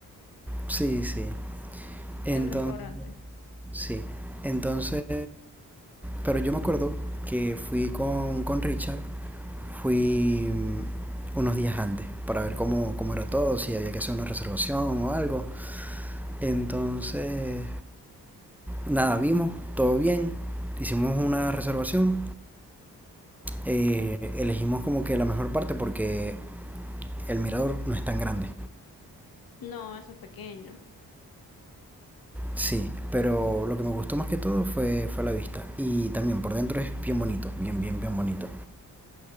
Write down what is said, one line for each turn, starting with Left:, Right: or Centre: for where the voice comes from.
Centre: sí, sí. Entonces,
Left: El restaurante.
Centre: sí. Entonces, pero yo me acuerdo que fui con, con Richard, fui mm, unos días antes para ver cómo, cómo era todo, si había que hacer una reservación o algo. Entonces, nada, vimos, todo bien, hicimos una reservación, eh, elegimos como que la mejor parte porque el mirador no es tan grande.
Left: No, eso es pequeño.
Centre: Sí, pero lo que me gustó más que todo fue, fue la vista. Y también por dentro es bien bonito, bien, bien, bien bonito.